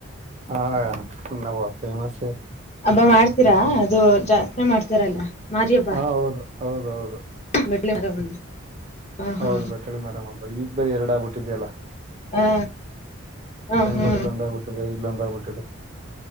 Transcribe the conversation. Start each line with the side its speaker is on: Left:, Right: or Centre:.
Right: ಹಾ ನಾವ್ ಫೇಮಸೆ
Left: ಅಬ್ಬ ಮಾಡ್ತೀರಾ ಅದು ಜಾತ್ರೆ ಮಾಡ್ತಾರಲ್ಲ. ಮಾರಿ ಹಬ್ಬ
Right: ಹ ಹೌದು ಹೌದ ಹೌದು.
Left: <unintelligible> ಹಾ
Right: ಹೌದ
Left: ಹಾ
Right: ಬೆಟ್ರಳಿ ಮಾರಾಮ ಹಬ್ಬ ಈಗ ಬೆಳೆ ಯಡ ಆಗ್ಬಟ್ಟಿದ್ಯಲ್ಲ.
Left: ಹಾ ಹಾ
Right: ಚಂಗೋಡಿಲ್ಲೊಂದ
Left: ಹಾ
Right: ಆಗ್ಬಿಟ್ಟಿದ ಇಲ್ಲೊಂದ ಆಗ್ಬಿಟ್ಟಿದ.